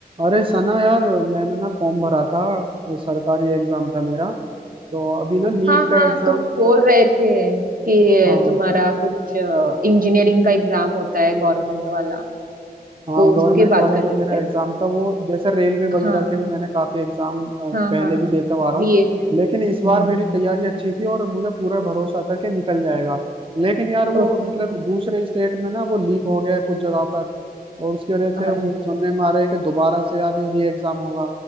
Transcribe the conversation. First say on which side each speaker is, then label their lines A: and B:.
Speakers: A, on the right; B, on the right.
A: अरे सना यार मैंने ना फॉर्म भरा था सरकारी एग्जाम था मेरा तो अभी ना नीट
B: हाँ हाँ
A: का एग्जाम
B: तुम बोल रहे थे कि
A: हाँ
B: तुम्हारा कुछ इंजीनियरिंग का एग्जाम होता है गवर्नमेंट वाला
A: हाँ
B: तो
A: गवर्नमेंट
B: उसके बात
A: वाला
B: कर
A: जो
B: रहे
A: मेरा
B: हो क्या
A: एग्जाम था वो जैसे रेलवे वगैरह
B: हाँ
A: के भी मैंने काफी एग्जाम अ,
B: हाँ
A: पहले
B: हाँ
A: भी
B: हाँ
A: देता हुआ आ रहा
B: बीए
A: हूँ
B: है हम्म
A: लेकिन इस बार मेरी तैयारी अच्छी थी और मुझे पूरा भरोसा था कि निकल जाएगा लेकिन यार वो
B: ओके
A: मतलब दूसरे स्टेट में ना वो लीक हो गया है कुछ जगह पर और उसकी वजह से
B: अरे
A: वो सुनने में आ रहा है कि दोबारा से यार ये री एग्जाम होगा